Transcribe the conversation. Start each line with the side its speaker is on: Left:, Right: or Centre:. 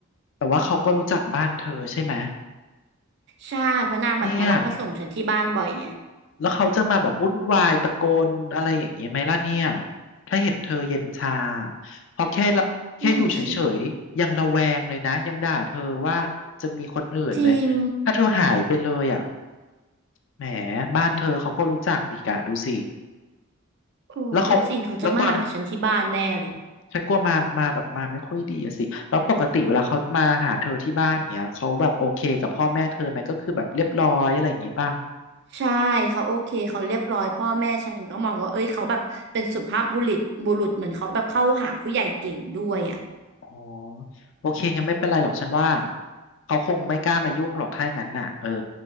Left: แต่ว่าเขาก็รู้จักบ้านเธอใช่ไหม
Right: ใช่เพราะนางแบบมารับมาส่งฉันที่บ้านบ่อยไง
Left: เนี่ยแล้วเขาจะมาแบบวุ่นวายตะโกนอะไรอย่างเงี้ยไหมล่ะเนี่ยถ้าเห็นเธอเย็นชาพอแค่ละแค่อยู่เฉยๆยังระแวงเลยนะยังด่าเธอว่าจะมีคนอื่นเลย
Right: นั่นสิจริง
Left: ถ้าเธอหายไปเลยอ่ะแหมบ้านเธอเขาก็รู้จักอีกอะดูสิ
Right: โอ้ก็จริงเขาจะมาหาฉันที่บ้านแน่เลย
Left: แล้วเขาแล้วตอน ฉันกลัวมามาแบบมาไม่ค่อยดีอะสิแล้วปกติเวลาเขามาหาเธอที่บ้านเนี้ยเขาแบบโอเคกับพ่อแม่เธอไหมก็คือแบบเรียบร้อยอะไรอย่างงี้ป่ะ
Right: ใช่เขาโอเคเขาเรียบร้อยพ่อแม่ฉันก็มองว่าเอ้ยเขาแบบเป็นสุภาพบุรุษบุรุษเหมือนเขาแบบเข้าหาผู้ใหญ่เก่งด้วยอ่ะ
Left: อ๋อโอเคงั้นไม่เป็นไรหรอกฉันว่าเขาคงไม่กล้ามายุ่งหรอกถ้าอย่างนั้นน่ะเออ